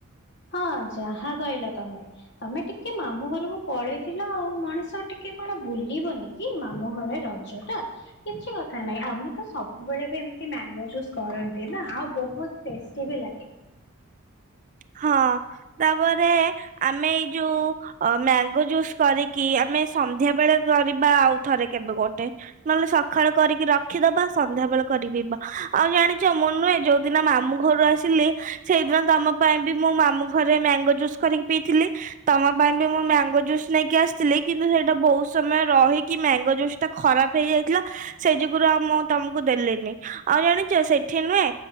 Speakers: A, on the left (about 50°); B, on the right (about 35°).
A: ହଁ ଯାହା କହିଲ ତମେ ତମେ ଟିକେ ମାମୁଁ ଘରକୁ ପଳେଇଥିଲ ଆଉ ମଣିଷ ଟିକେ କଣ ବୁଲିବନି। କି ମାମୁଁ ଘରେ ରଜ ଟା କିଛି କଥା ନାହିଁ ଆମେ ତ ସବୁବେଳେ ବି ଏମିତି ମ୍ୟାଙ୍ଗୋ ଜୁସ୍ କରନ୍ତି ନା ଆଉ ବହୁତ ଟେଷ୍ଟି ବି ଲାଗେ।
B: ହଁ ତାପରେ ଆମେ ଏଇ ଯୋଉ ଅ ମ୍ୟାଙ୍ଗୋ ଜୁସ୍ କରିକି ଆମେ ସନ୍ଧ୍ୟା ବେଳେ କରିବା ଆଉ ଥରେ କେବେ ଗୋଟେ ନହେଲେ ସକାଳୁ କରିକି ରଖିଦବା ସନ୍ଧ୍ୟା ବେଳେ କରିି ପିଇବା ଆଉ ଜାଣିଛ ମୁଁ ନୁହେଁ ଯୋଉ ଦିନ ମାମୁଁ ଘରୁ ଆସିଲି ସେଇଦିନ ତମ ପାଇଁ ବି ମୁଁ ମାମୁଁ ଘରେ ମ୍ୟାଙ୍ଗୋ ଜୁସ୍ କରିକି ପିଇଥିଲି। ତମ ପାଇଁ ବି ମୁଁ ମ୍ୟାଙ୍ଗୋ ଜୁସ୍ ନେଇକି ଆସଥିଲି କିନ୍ତୁ ସେଇଟା ବହୁତ ସମୟ ରହିକି ମ୍ୟାଙ୍ଗୋ ଜୁସ୍ ଟା ଖରାପ ହେଇଯାଇଥିଲା। ସେଇ ଜୁଗୁରୁ ଆଉ ମୁଁ ତମକୁ ଦେଲିନି ଆଉ ଜାଣିଛ ସେଠି ନୁହେଁ